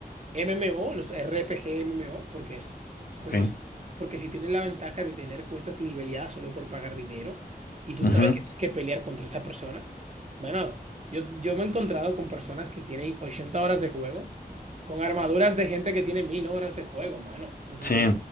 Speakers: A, on the right (about 45°); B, on the left (about 65°).
A: MMO, los RPG MMO, ¿por qué eso?
B: Ok.
A: Porque, eso- porque si tienen la ventaja de tener cuentas libeleadas solo por pagar dinero y tú
B: Ujú.
A: sabes que tienes que pelear contra esa persona, bueno, yo, yo me he encontrado con personas que tienen 80 horas de juego con armaduras de gente que tiene 1000 horas de juego, mano. Entonces
B: Sí.
A: digo,